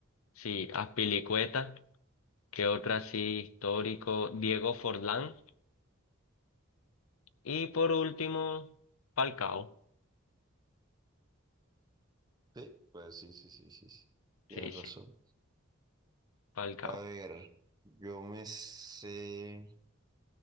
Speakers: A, on the left; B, on the right.
A: sí, Aspilicueta, ¿qué otro así histórico? Diego Forlán, y por último, Falcao.
B: Sí, pues sí, sí, sí, sí, sí. Tienes
A: Sí, sí,
B: razón.
A: pa'l cabo.
B: A ver, yo me sé,